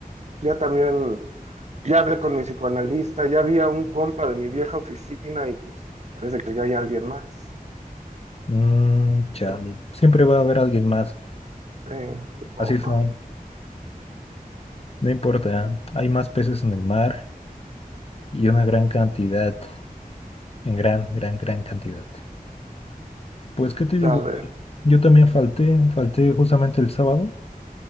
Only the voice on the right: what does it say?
ya también, ya hablé con mi psicoanalista, ya había un compa de mi vieja oficina y pues parece que ya hay alguien más.
Sí, supongo.
A ver,